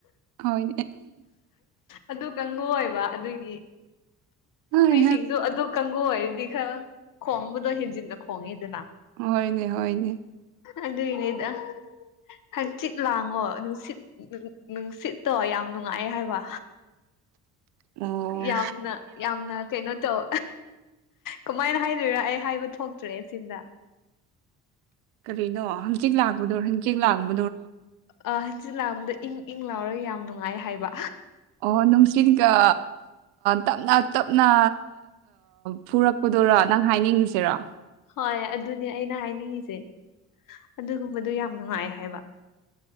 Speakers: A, on the right; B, on the left.
A: ꯍꯗꯤ
B: ꯑꯗꯨ ꯀꯥꯡꯉ ꯑꯣꯏꯕ ꯑꯗꯨꯒꯤ
A: ꯍꯣꯏ
B: ꯍꯨꯏꯁꯤꯡꯁꯨ ꯑꯗꯨ ꯍꯒꯣꯏꯗꯤ ꯈꯔ ꯈꯣꯡꯕꯗꯣ ꯍꯦꯟꯖꯤꯟꯅ ꯈꯣꯡꯉꯤꯗꯅ
A: ꯍꯣꯏꯅꯦ ꯍꯣꯏꯅꯦ
B: ꯑꯗꯨꯏꯅꯦꯗ ꯍꯪꯆꯤꯠ ꯂꯥꯡꯉꯣ ꯅꯨꯡꯁꯤꯠ ꯅꯨꯡꯁꯤꯠꯇꯣ ꯌꯥꯝ ꯅꯨꯡꯉꯥꯏꯑꯦ ꯍꯥꯏꯕ
A: ꯑꯣ
B: ꯌꯥꯝꯅ ꯌꯥꯝꯅ ꯀꯩꯅꯣ ꯇꯧ ꯀꯃꯥꯏꯅ ꯍꯥꯏꯗꯣꯏꯔ ꯑꯩ ꯍꯥꯏꯕ ꯊꯣꯛꯇ꯭ꯔꯦ ꯏꯆꯤꯟꯗ
A: ꯀꯔꯤꯅꯣ ꯍꯪꯆꯤꯠ ꯂꯥꯡꯕꯗꯣ ꯍꯪꯆꯤꯠ ꯂꯥꯡꯕꯣ
B: ꯑ ꯍꯟꯆꯤꯠ ꯂꯥꯡꯕꯗ ꯏꯪ ꯏꯪ ꯂꯥꯎꯔꯒ ꯌꯥꯝ ꯅꯨꯡꯉꯥꯏ ꯍꯥꯏꯕ
A: ꯑꯣ ꯅꯨꯡꯁꯤꯠꯒ ꯇꯞꯅ ꯇꯞꯅ ꯐꯨꯔꯛꯄꯗꯨꯔ ꯅꯪ ꯍꯥꯏꯅꯤꯡꯉꯁꯤꯔꯣ
B: ꯍꯣꯏ ꯑꯗꯨꯅꯦ ꯑꯩꯅ ꯍꯥꯏꯅꯤꯡꯉꯤꯁꯦ ꯑꯗꯨꯒꯨꯝꯕꯗꯣ ꯌꯥꯝ ꯅꯨꯡꯉꯥꯏ ꯍꯥꯏꯕ